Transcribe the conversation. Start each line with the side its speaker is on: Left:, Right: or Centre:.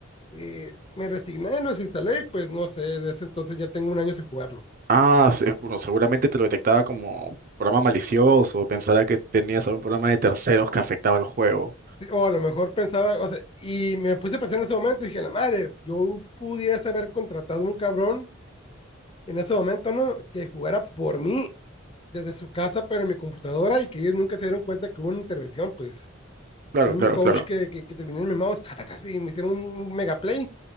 Left: Eh, me resigné, lo desinstalé y pues no sé, desde ese entonces ya tengo un año sin jugarlo.
Right: Ah, sí, bueno, seguramente te lo detectaba como programa malicioso, o pensara que tenías algún programa de terceros que afectaba el juego.
Left: Sí, O a lo mejor pensaba, o sea, y me puse a pensar en ese momento y dije, la madre, yo pudiese haber contratado a un cabrón en ese momento, ¿no? Que jugara por mí desde su casa, pero en mi computadora y que ellos nunca se dieron cuenta que hubo una intervención, pues.
Right: Claro,
Left: Hay un
Right: claro,
Left: coach
Right: claro.
Left: que, que, que terminó en mi mouse ta, ta, ta, y me hicieron un mega play